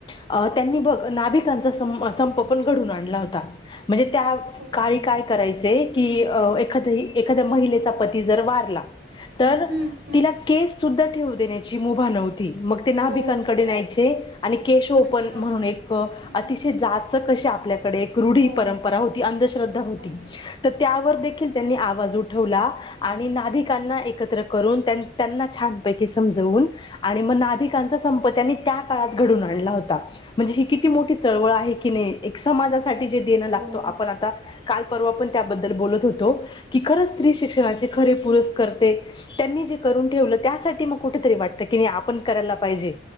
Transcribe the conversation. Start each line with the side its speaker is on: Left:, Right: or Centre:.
Left: अ त्यांनी बघ नाभिकांचा संप पण घडून आणला होता. म्हणजे त्या
Right: हो
Left: काळी काय करायचे? कि अ एखाद्या एखाद्या महिलेचा पती जर वारला. तर
Right: हम्म हम्म
Left: तिला केस सुद्धा ठेवू देण्याची मुभा नव्हती. मग ते नाभिकांकडे
Right: हो हो
Left: न्यायचे आणि केश ओपन
Right: अच्छा
Left: म्हणून एक अतिशय
Right: हम्म
Left: जात. त कशी आपल्या कडे एक रूढी
Right: हो
Left: परंपरा होती, अंध्रधा होती,
Right: हो हो
Left: त त्यावर देखील त्यांनी आवाज उठ उठवला आणि नाभिकांना एकत्र करून त्या त्यांना छान पैकी समजून आणि मग नाभिकांचा संप त्यांनी त्या काळात घडून आणला होता. म्हणजे ही किती मोठी चळवळ आहे की नही एक समाजासाठी जे देणं
Right: हो हो
Left: लागतो आपण आता काल परवा पण त्याबद्दल बोलत होतो, की खरंच स्त्री शिक्षणाचे खरे पुरस करते त्यांनी जे करून ठेवलं त्यासाठी म कुठेतरी वाटतं कीनई आपण करायला पाईजे